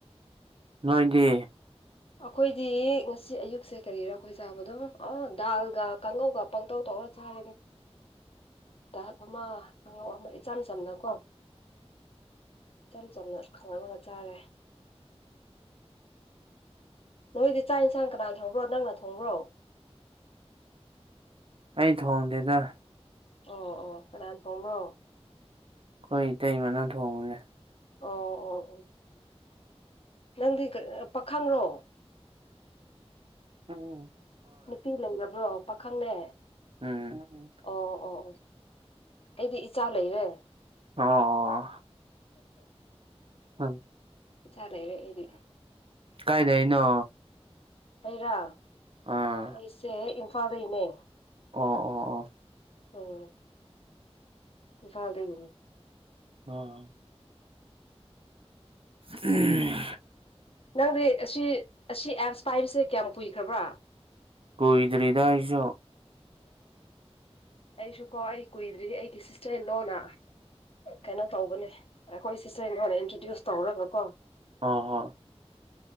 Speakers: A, on the right (about 55°); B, on the left (about 60°).
A: ꯅꯣꯏꯗꯤ
B: ꯑꯩꯈꯣꯏꯗꯤ ꯉꯁꯤ ꯑꯌꯨꯛꯁꯦ ꯀꯔꯤꯔꯥ ꯑꯩꯈꯣꯏ ꯆꯥꯕꯗꯣ ꯑ ꯗꯥꯜꯒ ꯀꯥꯡꯉꯧꯒ ꯄꯪꯇꯧ ꯇꯧ ꯇꯧꯔ ꯆꯥꯔꯒꯦ ꯗꯥꯛ ꯑꯃ ꯈꯉ ꯑꯃ ꯏꯆꯝ ꯆꯝꯅ ꯀꯣ ꯏꯆꯝ ꯆꯝꯅ ꯈꯪꯅꯥꯒꯨꯝꯂ ꯆꯥꯔꯦ ꯅꯣꯏꯗꯤ ꯆꯥꯛ ꯌꯦꯟꯁꯥꯡ ꯀꯅꯥꯅ ꯊꯣꯡꯕ꯭ꯔꯣ ꯅꯪꯅ ꯊꯣꯡꯕ꯭ꯔꯣ
A: ꯑꯩ ꯊꯣꯡꯗꯦꯗ
B: ꯑꯣ ꯑꯣ ꯀꯅꯥꯅ ꯊꯣꯡꯕ꯭ꯔꯣ
A: ꯑꯩꯈꯣꯏ ꯏꯇꯩ ꯃꯅ ꯊꯣꯡꯉꯨꯅꯦ
B: ꯑꯣ ꯑꯣ ꯑꯣ ꯅꯪꯗꯤ ꯄꯥꯈꯪ꯭ꯔꯣ
A: ꯑꯣꯝ
B: ꯅꯨꯄꯤ ꯂꯩꯔꯕ꯭ꯔꯣ ꯄꯥꯈꯪꯅꯦ
A: ꯎꯝ
B: ꯑꯣ ꯑꯣ ꯑꯣ ꯑꯩꯗꯤ ꯏꯆꯥ ꯂꯩꯔꯦ
A: ꯑꯣ ꯎꯝ
B: ꯆꯔꯔꯦ ꯑꯩꯗꯤ
A: ꯀꯥꯏꯗꯩꯅꯣ
B: ꯑꯩꯔꯥ
A: ꯑꯥ
B: ꯑꯩꯁꯦ ꯏꯝꯐꯥꯜꯗꯩꯅꯦ
A: ꯑꯣ ꯑꯣ ꯑꯣ
B: ꯑꯣꯝ ꯐꯜꯗꯣ
A: ꯑ ꯎꯝ
B: ꯅꯪꯗꯤ ꯑꯁꯤ ꯑꯁꯤ ꯑꯦꯞꯁ ꯄꯥꯏꯕꯁꯦ ꯀꯌꯥꯝ ꯀꯨꯏꯈ꯭ꯔꯕ꯭ꯔꯥ
A: ꯀꯣꯏꯗ꯭ꯔꯤꯗ ꯍꯥꯏꯁꯣ
B: ꯑꯩꯁꯨ ꯀꯣ ꯑꯩ ꯀꯨꯏꯗ꯭ꯔꯤ ꯑꯩꯒꯤ ꯁꯤꯁꯇꯔ ꯏꯟꯂꯣꯅ ꯀꯩꯅꯣ ꯇꯧꯕꯅꯦ ꯑꯩꯈꯣꯏ ꯁꯤꯁꯇꯔꯗꯅ ꯏꯟꯇ꯭ꯔꯣꯗ꯭ꯌꯨꯁ ꯇꯧꯔꯒ ꯀꯣ
A: ꯑꯣ ꯍꯣ